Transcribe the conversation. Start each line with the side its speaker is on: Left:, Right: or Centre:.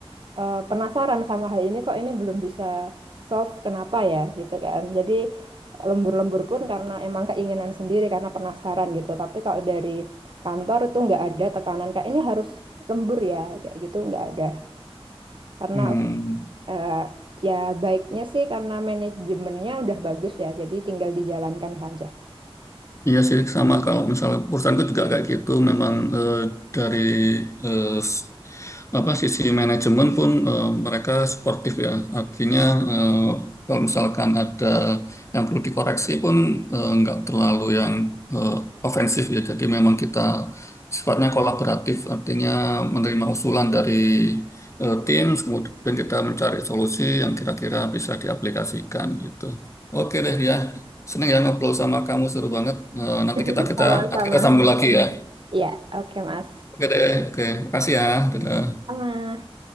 Right: eh, penasaran sama hal ini kok ini belum bisa solve kenapa ya gitu kan. Jadi lembur-lembur pun karena emang keinginan sendiri karena penasaran gitu. Tapi kalau dari kantor itu nggak ada tekanan kayak ini harus lembur ya kayak gitu nggak ada. Karena
Left: Hmm.
Right: eh, ya baiknya sih karena manajemennya udah bagus ya. Jadi tinggal dijalankan saja.
Left: Iya sih sama kalau misalnya perusahaanku juga kayak gitu memang eh, dari eh, s- apa sisi manajemen pun eh, mereka sportif ya artinya eh, kalau misalkan ada yang perlu dikoreksi pun eh, nggak terlalu yang eh, ofensif ya jadi memang kita sifatnya kolaboratif artinya menerima usulan dari eh, tim kemudian kita mencari solusi yang kira-kira bisa diaplikasikan gitu. Oke deh ya. Seneng ya ngobrol sama kamu seru banget. Eh, nanti kita
Right: Sama-sama.
Left: kita kita sambung lagi ya.
Right: ya oke Mas.
Left: Oke deh, oke. Makasih ya. Dadah.
Right: Sama.